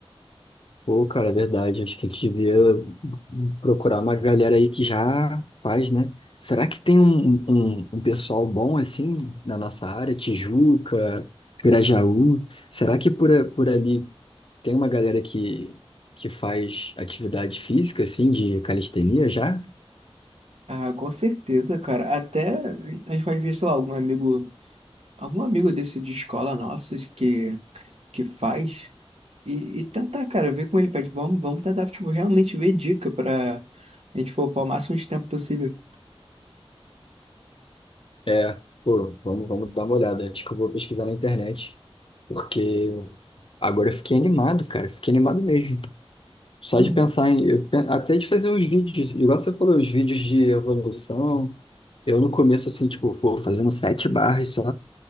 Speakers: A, on the left; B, on the right.
A: Pô, cara, é verdade. Acho que a gente devia procurar uma galera aí que já faz, né? Será que tem um, um, um pessoal bom assim na nossa área? Tijuca, Grajaú? Será que por, a- por ali tem uma galera que, que faz atividade física, assim, de calistenia já?
B: Ah, com certeza, cara. Até a gente pode ver, sei lá, algum amigo algum amigo desse de escola nosso que que faz e, e tentar, cara, ver como ele pede. Vamos, vamos tentar, tipo, realmente ver dica pra a gente poupar o máximo de tempo possível.
A: É, pô, vamos, vamos dar uma olhada. Acho que eu vou pesquisar na internet, porque agora eu fiquei animado, cara. Fiquei animado mesmo. Só
B: Uhum.
A: de pensar em. eu pe- até de fazer os vídeos, igual você falou, os vídeos de evolução. Eu no começo, assim, tipo, pô, fazendo sete barras só,